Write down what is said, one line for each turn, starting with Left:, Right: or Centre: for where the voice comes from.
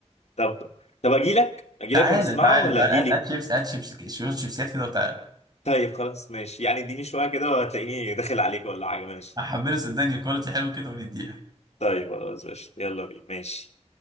Left: طب طب اجي لك اجي
Right: تعالى
Left: لك ونسمعه
Right: تعالى
Left: ولا
Right: تعالى
Left: اجي
Right: هات
Left: لي
Right: هات شيبس هات شيبس شوية شيبسيات كده وتعالى
Left: طيب خلاص ماشي يعني اديني شوية كده وهتلاقيني داخل عليك ولا حاجة ماشي
Right: هحمله صدقني كواليتي حلو كده ونديها
Left: طيب خلاص ماشي يلا بينا ماشي